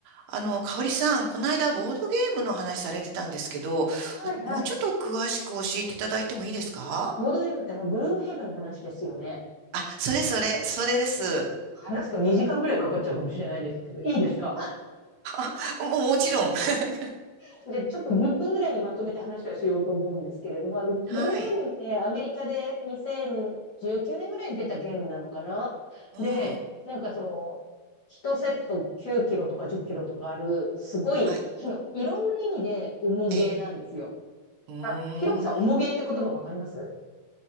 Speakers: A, on the right; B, on the left.
A: あの、香織さん、この間ボードゲームの話されてたんですけど、
B: はいはい。
A: もうちょっと詳しく教えていただいてもいいですか
B: ボードゲームってあの、グルームヘイブンの話ですよね。
A: あ、それそれ、それです。
B: 話すと2時間ぐらいかかっちゃうかもしれないですけど、いいですか
A: <laughs> もうもちろん。<laughs>
B: <laughs> じゃあちょっと10分ぐらいにまとめて話はしようと思うんですけれども、あの、
A: はい。
B: グルームヘイブンってアメリカで2019年ぐらいに出たゲームなのかなで、
A: うん。
B: なんかその、1セット9キロとか10キロとかある、すごい、
A: はい。
B: あの、いろんな意味で重ゲーなんですよ。
A: ええ。うー
B: あ、ひろこさん、重ゲーって言葉わかります
A: ん。